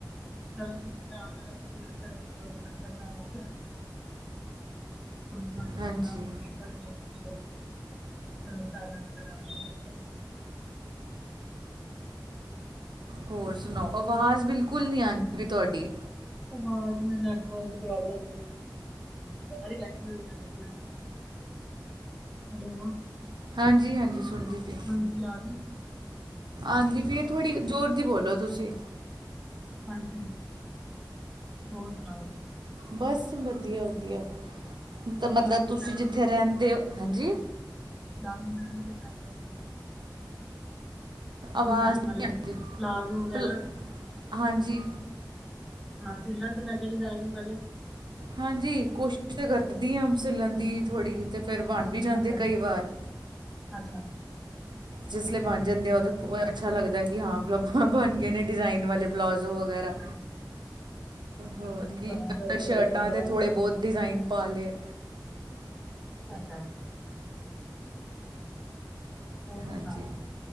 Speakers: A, in the centre; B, on the right (about 75°).
A: ਚਲੋ ਤੁਸੀਂ ਆ ਜਾਣਾ ਕਿਸੇ ਦਿਨ, ਫਿਰ ਅਸੀਂ ਦੋਨੋ ਇੱਕਠੇ ਬਣਾਵਾਂਗੇ। ਜਦੋ ਤੁਹਾਡੀ ਵੀ
B: ਹਾਂਜੀ
A: ਸਲਾਹ ਹੋਜੂਗੀ। ਹਾਂਜੀ-ਹਾਂਜੀ, ਕੋਈ ਨੀ, ਫਿਰ ਉਸ ਹਿਸਾਬ ਨਾਲ ਅਸੀਂ ਬਣਾਵਾਂਗੇ ਮਿਲ ਕੇ।
B: ਹੋਰ ਸੁਣਾਓ, ਆਵਾਜ਼ ਬਿਲਕੁਲ ਨੀ ਆਉਦੀ ਤੁਹਾਡੀ।
A: ਆਵਾਜ਼ ਮੇਰੇ ਨੈੱਟਵਰਕ ਦੀ ਪ੍ਰੋਬਲਮ ਏ ਨਾ। ਅਵਾਜ਼ ਕੱਟ ਹੋਈ ਜਾ ਰਹੀ ਮੈਮ, ਹੈਲੋ,
B: ਹਾਂਜੀ-ਹਾਂਜੀ ਸੁਣਦੀ ਪਈ,
A: ਹਾਂਜੀ ਆ ਗਈ।
B: ਆਂਦੀ ਪਈ ਏ, ਥੋੜ੍ਹੀ ਜ਼ੋਰ ਦੀ ਬੋਲੋ ਤੁਸੀਂ।
A: ਹਾਂਜੀ, ਹੋਰ ਸੁਣਾਓ?
B: ਬਸ ਵਧੀਆ ਵਧੀਆ, ਇਹਦਾ
A: ਪਲਾਜ਼ੋ
B: ਮਤਲਬ ਤੁਸੀਂ
A: ਵਗੈਰਾ
B: ਜਿੱਥੇ
A: ਵੀ
B: ਰਹਿੰਦੇ ਔ, ਹਾਂਜੀ।
A: ਫਰਾਕ ਵਗੈਰਾ ਵੀ ਸੀ ਲੈਂਦੇ ਹੋ ਤੁਸੀਂ? <inaudible>
B: ਆਵਾਜ਼
A: ਡਿਜ਼ਾਇਨ
B: ਨਹੀਂ
A: ਵਾਲੇ, ਫਲਾਗ
B: ਆਉਂਦੀ।
A: ਵਗੈਰਾ।
B: ਭਲ- ਹਾਂਜੀ।
A: ਹਾਂ ਸੀ ਲੈਂਦੇ ਮੈਂ ਕਿਹਾ ਡਿਜਾਇਨਿੰਗ ਵਾਲੇ?
B: ਹਾਂਜੀ ਕੋਸ਼ਿਸ਼ ਤਾਂ ਕਰਦੀ ਆ ਸਿਲਣ ਦੀ। ਥੋੜ੍ਹੀ ਤੇ ਫਿਰ ਬਣ ਵੀ ਜਾਂਦੇ
A: ਅੱਛਾ ਅੱਛਾ
B: ਕਈ ਵਾਰ।
A: ਅੱਛਾ।
B: ਜਿਸਲੇ ਬਣ ਜਾਂਦੇ ਆ ਉਹਦੇ ਉਹ ਅੱਛਾ ਲੱਗਦਾ ਕਿ ਹਾਂ ਬਣ ਗਏ ਨੇ ਡਿਜ਼ਾਇਨ ਵਾਲੇ। ਪਲਾਜ਼ੋ ਵਗੈਰਾ।
A: ਹਾਂਜੀ
B: ਹੋਰ
A: ਜਦੋਂ ਨਹੀਂ
B: ਕੀ
A: ਬਣਨ ਤੇ ਉਦੋਂ
B: ਸ਼ਰਟਾਂ
A: ਹੋ ਜਾਂਦਾ ਥੋੜਾ
B: ਤੇ ਥੋੜੇ ਬਹੁਤ ਡਿਜ਼ਾਇਨ ਪਾ ਲਏ।
A: ਅੱਛਾ। ਹੋਰ
B: ਹਾਂਜੀ।
A: ਸੁਣਾਓ